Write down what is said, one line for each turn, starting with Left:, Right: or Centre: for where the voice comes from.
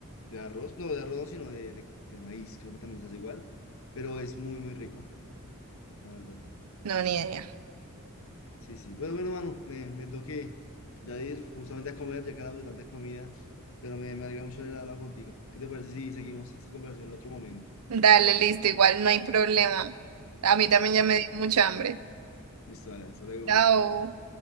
Left: de arroz, no de arroz, no, sino de, de, de maíz, creo que también se hace igual, pero es muy, muy rico, la verdad.
Right: No, ni idea.
Left: Sí, sí. Bueno, bueno, mano, me, me tengo que ya ir justamente a comer, ya que hablamos de tanta comida, pero me, me alegra mucho haber hablado contigo. ¿Qué te parece si seguimos esta conversación en otro momento?
Right: Dale, listo, igual no hay problema. A mí también ya
Left: Dale,
Right: me dio mucha hambre.
Left: listo, dale, hasta luego.
Right: Chao.